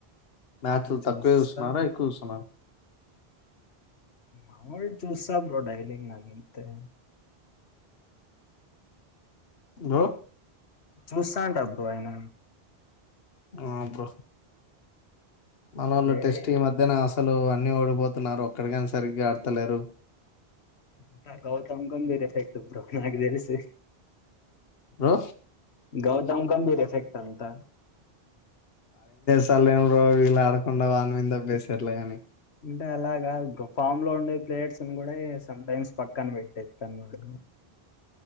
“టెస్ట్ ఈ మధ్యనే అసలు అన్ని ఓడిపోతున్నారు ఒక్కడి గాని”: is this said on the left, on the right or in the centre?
Left